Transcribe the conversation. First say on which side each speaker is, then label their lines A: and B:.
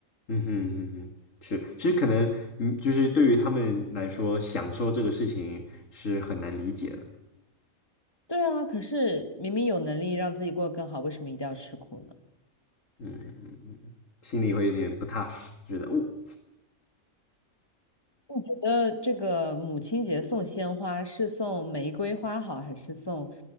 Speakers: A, on the left; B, on the left.
A: 嗯哼嗯哼，是，其实可能嗯，就是对于他们来说，享受这个事情是很难理解的，
B: 对啊，可是明明有能力让自己过得更好，为什么一定要吃苦呢？
A: 嗯嗯嗯，嗯心里会有点不踏实，觉得哦，
B: 你觉得这个母亲节送鲜花是送玫瑰花好，还是送